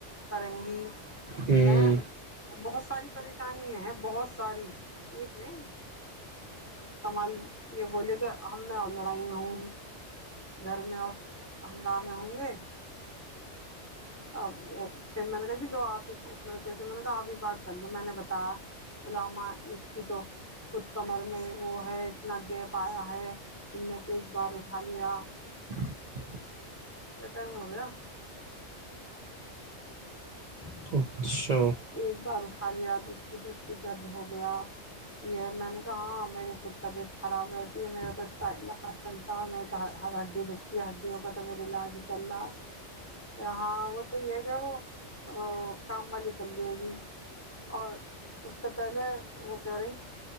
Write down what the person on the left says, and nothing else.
کریں گی
ہیں بہت ساری پریشانی ہیں بہت ساری ایک نہیں کمال یہ بولے کہ ہم میں اور لڑائیاں ہوں گی گھر میں اور ہنگامے ہوں گے پھر میں نے کہا جی لو آپ ہی کیسے میں نے کہا آپ ہی بات کر لو میں نے بتایا عامہ اس کی تو خود کمر میں وہ ہے اتنا گیپ آیا ہے ا نےت ایک بار اٹھا لیا
کتنا ٹاائم ہو گیا <inaudible>
ایک بار اٹھا لیا تو اس کے دد کی درد ہو گیا یہ میں نے کہا میری خود طبیعت خراب رہتی ہے میرے تو چلتا ہوں میں تو ہر ہڈی رکتی ہڈیوں کا تو میرا علاج چل رہا ہاں وہ تو یہ کہ وہ کام والی کر لے گی اور اس سے پہلے وہ کہہ رہی